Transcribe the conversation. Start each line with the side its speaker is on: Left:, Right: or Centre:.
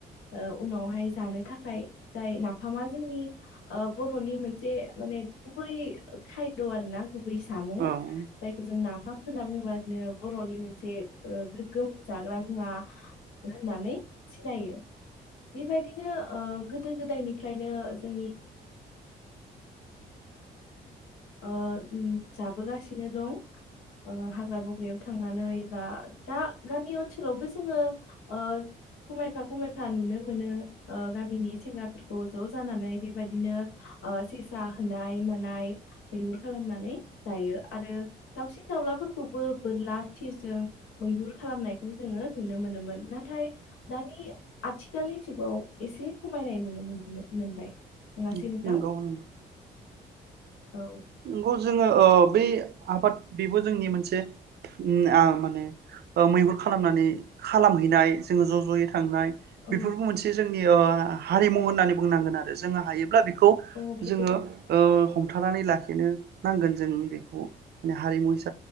Left: ओ उनावहाय जानो थाखाय जाय नाफामा जोंनि बर'नि मोनसे माने गुबै खायद' आरो ना गुबै सामुं जायखौ
Right: औ
Left: जों नाफाम होनना बुङोबानो बर'नि मोनसे ओ गोग्गोम जाग्रा मुवा होननानै सिनायो बेबायदिनो ओ गोदो- गोदायनिफ्रायनो जों ओ उम जाबोगासिनो दं ओ हाग्रा बंग्रायाव थांनानै बा दा गामियाव ओनसोलावबो जोङो ओ ख'मायफा ख'मायफा नुनो मोनो ओ गामिनि सेंग्राफोरखौ ज' जानानै बेबादिनो ओ सेसा होनाय मानाय मैहुर खालामनानै जायो आरो दावसिन दाउलाफोरखौबो बोरला थिरजों मैहुर खालामनायखौ जोङो नुनो मोनोमोन नाथाय दानि आथिखालनि जुगाव एसे खमायनाय नुनो मोनबाय नङासै
Right: नंगौ
Left: नोंथां?
Right: नंगौ
Left: औ
Right: नंगौ जोङो ओ बै आबाद बेबो जोंनि मोनसे उमओ उम माने मैहुर खालामनानै खालामहैनाय जोङो ज' ज'यै थांनाय
Left: औ
Right: बेफोरबो मोनसे जों नि ओ हारिमु होन्नानै बुंनांगोन आरो जोङो हायोब्ला बे खौ
Left: औ बेबो
Right: जोङो ओ थानानै लाखि बेनो नांगोन जों बेखौ माने हारिमु हिसा